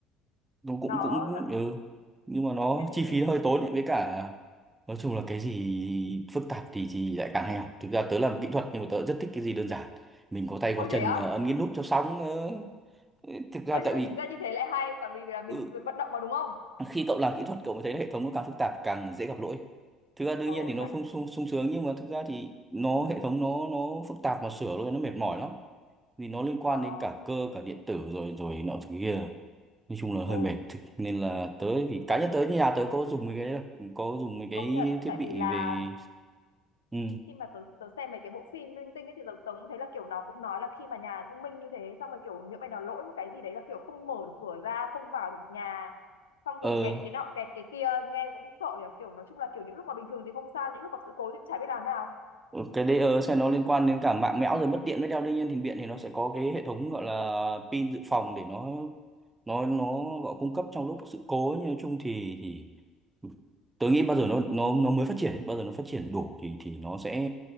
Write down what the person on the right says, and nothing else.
nó cũng
cũng
ừ nhưng mà nó
chi phí nó hơi tốn đấy với cả nói chung là cái gì phức tạp thì thì lại càng hay học thực ra tớ làm kỹ thuật nhưng mà tớ rất thích cái gì đơn giản mình có tay
có chân
mà ấn cái nút cho xong ờ, thực ra
tại
vì
ừ,
khi cậu làm kỹ thuật cậu mới thấy là hệ thống nó càng phức tạp càng dễ gặp lỗi thực ra đương
nhiên thì
nó
không sung sung sướng nhưng mà thực ra thì nó hệ thống nó nó phức tạp mà sửa luôn nó mệt mỏi lắm vì nó liên quan
đến cả cơ cả điện tử rồi rồi nọ thứ kia nói chung là hơi
mệt Thực- nên là tớ thì cá
nhân tớ như nhà tớ có dùng mấy cái đấy đâu. có dùng mấy cái
thiết
bị
về ừ.
ờ
ờ, cái đấy ờ sẽ nó liên quan đến cả mạng mẽo rồi mất điện mới đeo đương nhiên thì điện thì nó sẽ có cái hệ thống gọi là pin dự phòng để nó nó nó gọi cung cấp trong lúc sự cố nhưng nói chung thì thì tôi nghĩ bao giờ nó nó nó mới phát triển ấy, bao giờ nó phát triển đủ thì thì nó sẽ